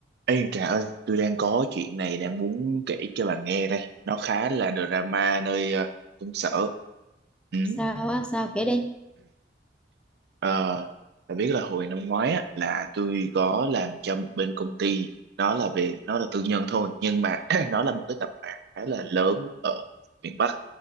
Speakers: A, on the right; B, in the centre.
A: Ê Trà ơi, tôi đang có chuyện này đang muốn kể cho bà nghe đây. Nó khá là drama nơi ờ, công sở. Ừ.
B: sao á sao kể đi
A: Ờ, Bạn biết là hồi năm ngoái á, là tôi có làm cho một bên công ty nó là về nó là tư nhân thôi nhưng mà <clears throat> nó là một cái tập đoàn khá là lớn ở miền Bắc